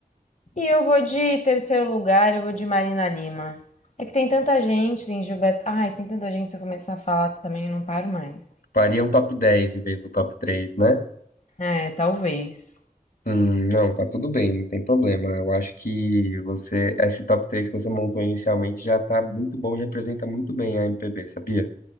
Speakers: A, on the left (about 55°); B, on the left (about 80°).
A: E eu vou de terceiro lugar, eu vou de Marina Lima. É que tem tanta gente, tem Gilberto. Ai, tem tanta gente, se eu começar a falar também, eu não paro mais.
B: faria um top 10 em vez do top 3, né?
A: É, talvez.
B: Hum, não, tá tudo bem, não tem problema. Eu acho que você, esse top 3 que você montou inicialmente já tá muito bom e representa muito bem a MPB, sabia?